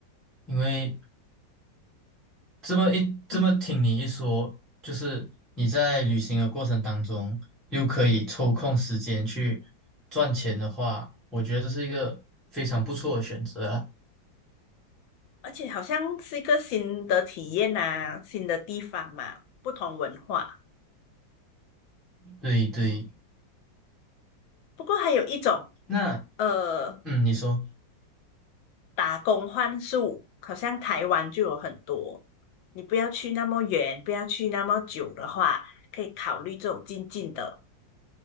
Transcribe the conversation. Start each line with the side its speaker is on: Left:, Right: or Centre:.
Centre: 因为这么一这么听你一说，
Left: 嗯，
Centre: 就是你在旅行的过程当中又可以抽空时间去赚钱的话，我觉得这是一个非常不错的选择啊。
Left: 而且好像是一个新的体验呐、新的地方嘛，不同文化，
Centre: 对对，
Left: 嗯，不过还有一种。
Centre: 那
Left: 呃，
Centre: 嗯，你说，
Left: 打工换宿，好像台湾就有很多。你不要去那么远，不要去那么久的话，可以考虑这种近近的，